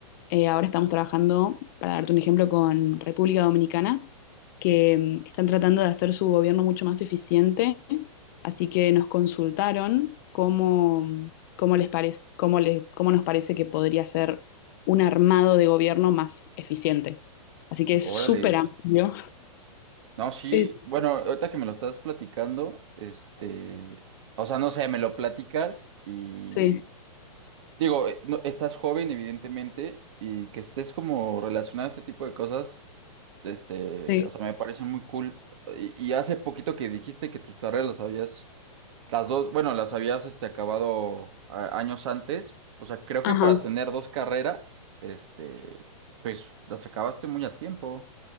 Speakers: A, on the left; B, on the right.
A: eh, ahora estamos trabajando, para darte un ejemplo, con República Dominicana, que mm, están tratando de hacer su gobierno mucho más eficiente, así que nos consultaron cómo, mm, cómo les parece, cómo le- cómo nos parece que podría ser un armado de gobierno más eficiente. Así que es
B: Órale.
A: súper amplio.
B: No, sí,
A: Eh,
B: bueno, ahorita que me lo estás platicando, este, o sea, no sé, me lo platicas y
A: sí,
B: Digo, eh, no- estás joven, evidentemente, y que estés como relacionado a este tipo de cosas, este,
A: sí.
B: o sea, me parece muy cool. Y, y hace poquito que dijiste que tus carreras las habías, las dos, bueno, las habías, este, acabado a- años antes. O sea, creo
A: Ajá.
B: que para tener dos carreras, este, pues las acabaste muy a tiempo.